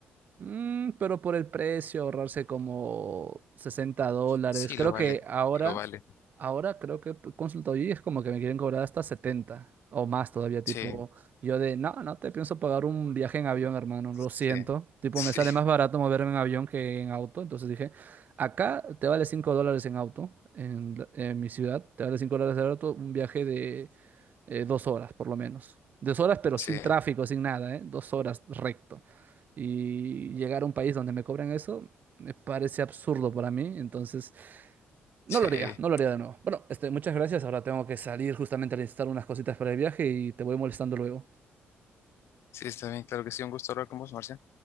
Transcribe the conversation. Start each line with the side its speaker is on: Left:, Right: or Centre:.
Right: Mm, pero por el precio, ahorrarse como sesenta dólares.
Left: Sí,
Right: Creo
Left: lo vale,
Right: que ahora,
Left: lo vale.
Right: ahora creo que he consultado y es como que me quieren cobrar hasta 70 o más todavía. Tipo,
Left: Sí,
Right: yo de, no, no te pienso pagar un viaje en avión, hermano, lo
Left: sí,
Right: siento. Tipo,
Left: <laughs>
Right: me sale
Left: sí,
Right: más barato moverme en avión que en auto. Entonces dije, acá te vale 5 dólares en auto, en, la- en mi ciudad, te vale 5 dólares en auto, un viaje de eh, dos horas por lo menos. Dos horas, pero
Left: sí,
Right: sin tráfico, sin nada, ¿eh? Dos horas recto y llegar a un país donde me cobran eso me parece absurdo para mí, entonces
Left: sí,
Right: no lo haría, no lo haría de nuevo. Bueno, este, muchas gracias, ahora tengo que salir justamente a necesitar unas cositas para el viaje y te voy molestando luego.
Left: sí, está bien, claro que sí, un gusto hablar con vos, Marcia.